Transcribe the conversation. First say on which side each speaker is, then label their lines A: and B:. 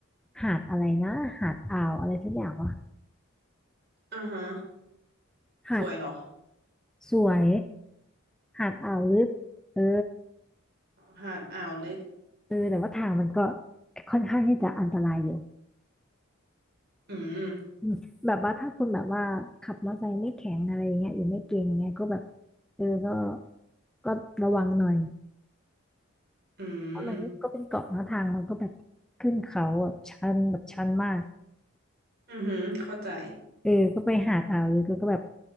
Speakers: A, in the centre; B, on the right.
A: หาดอะไรนะหาดอ่าวอะไรสักอย่างวะ
B: อ่าฮะ
A: หาด
B: สวยเหรอ
A: สวยหาดอ่าวลึกเออ
B: อ๋อหาดอ่าวลึก
A: เออแต่ว่าทางมันก็ค่อนข้างที่จะอันตรายอยู่
B: อืม
A: อืมแบบว่าถ้าคุณแบบว่าขับมอเตอร์ไซค์ไม่แข็งอะไรอย่างเงี้ยหรือไม่เก่งเงี้ยก็แบบเออก็ก็ระวังหน่อย
B: อืม
A: เพราะมันก็เป็นเกาะเนอะทางมันก็แบบขึ้นเขาแบบชันแบบชันมาก
B: อือหือเข้าใจ
A: เออก็ไปหาดอ่าวลึกแล้วก็แบบ